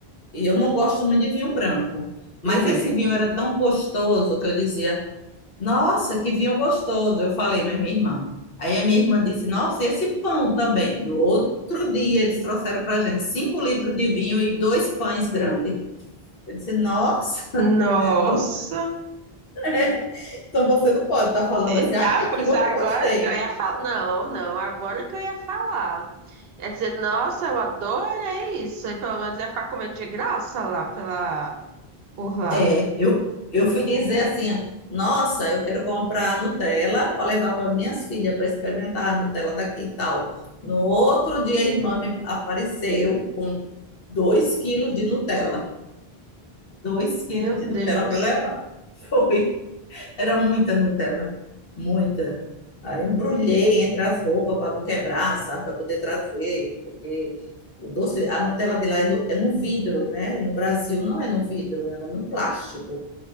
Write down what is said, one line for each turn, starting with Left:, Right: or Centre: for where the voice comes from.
Left: e eu não gosto muito de vinho branco. Mas
Right: Hum.
Left: esse vinho era tão gostoso que eu dizia, nossa, que vinho gostoso! Eu falei, mas minha irmã. Aí a minha irmã disse: Nossa, e esse pão também. No outro dia eles trouxeram para a gente cinco litros de vinho e dois pães grandes. Eu disse: Nossa, <laughs>
Right: Nossa!
Left: então,
Right: <laughs>
Left: é, então você não pode estar falando
Right: E
Left: assim, ai,
Right: Tá, pois
Left: que go-
Right: agora
Left: gostei.
Right: que eu ia falar. Não, não, agora que eu ia falar. É dizer, nossa, eu adorei isso. E pelo menos ia ficar comendo de graça lá pela, por lá.
Left: É, eu, eu fui dizer assim: Nossa, eu quero comprar Nutella para levar para minhas filhas para experimentar a Nutella daqui e tal. No outro dia a irmã me apareceu com dois quilos de Nutella. dois quilos
Right: Meu
Left: de
Right: Deus.
Left: Nutella para eu levar. <laughs> Foi. Era muita Nutella, muita. Aí embrulhei entre as roupas para não quebrar, sabe? Para poder trazer, porque o doce, a Nutella de lá é no, é no vidro, né? E no Brasil não é no vidro, ela é no plástico.